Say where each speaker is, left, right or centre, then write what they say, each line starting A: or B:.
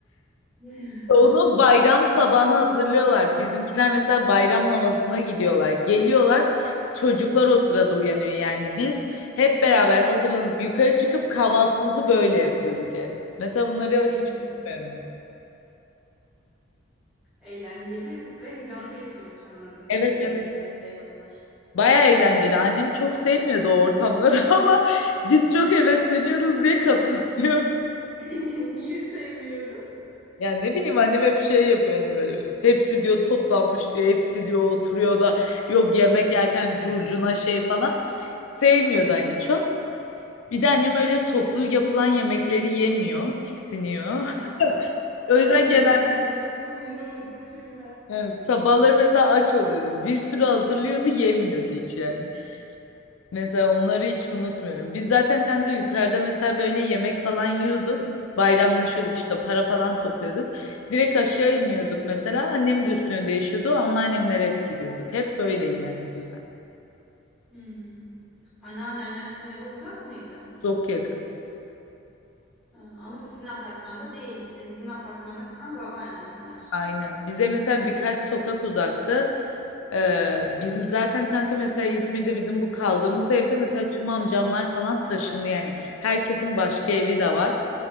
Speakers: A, in the centre; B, on the left.
A: <laughs>
B: Onu bayram sabahına hazırlıyorlar. Bizimkiler mesela bayram namazına gidiyorlar. Geliyorlar. Çocuklar o sırada uyanıyor. Yani biz hep beraber hazırlanıp yukarı çıkıp kahvaltımızı böyle yapıyorduk yani. Mesela bunları hiç
A: Hmm,
B: unutmuyorum ben.
A: Eğlenceli ve heyecanlı geçiyormuş anladığım kadarıyla
B: Evet evet.
A: senin bayramlar.
B: Baya eğlenceli. Annem çok sevmiyordu o ortamları <laughs> ama biz çok hevesleniyoruz diye katılıyor.
A: <laughs> Niye sevmiyordun?
B: Yani ne bileyim annem hep şey yapıyor hani böyle hepsi diyor toplanmış diyor hepsi diyor oturuyor da yok yemek yerken curcuna şey falan sevmiyordu hani çok. Bir de annem öyle toplu yapılan yemekleri yemiyor, tiksiniyor.
A: Ha,
B: <laughs> O
A: doğru.
B: yüzden
A: <laughs> Senin
B: genelde
A: annenin bu huyunu unutmuşum ben.
B: yani sabahları mesela aç oluyordu. Bir sürü hazırlıyordu, yemiyordu hiç yani. Mesela onları hiç unutmuyorum. Biz zaten kanka yukarıda mesela böyle yemek falan yiyorduk. Bayramlaşıyorduk işte para falan topluyorduk. Direkt aşağı iniyorduk mesela. Annem de üstünü değişiyordu. Anneannemler hep gidiyorduk. Hep böyleydi yani düzen.
A: Hmm. Anneannenler sizin eve uzak mıydı?
B: Çok yakın.
A: Ha, ama sizin apartmanda değildi. Sizin apartmanda kalan babaannenler.
B: Aynen. Bize mesela birkaç sokak uzakta e, bizim zaten kanka mesela İzmir'de bizim bu kaldığımız evde mesela tüm amcamlar falan taşındı yani. Herkesin başka evi de var.